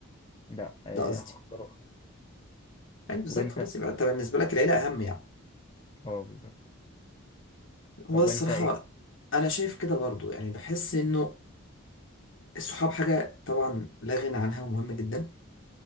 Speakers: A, on the left; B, on the left.
A: لا آه
B: ده قصدي
A: هختار أختي
B: يعني بالظبط
A: وأنت
B: خلاص يبقى انت بالنسبه لك العيله اهم يعني
A: اه بالظبط
B: هو
A: طب
B: ده الصراحه
A: أنت إيه
B: انا شايف كده برضو يعني بحس انه الصحاب حاجه طبعا لا غنى عنها ومهمه جدا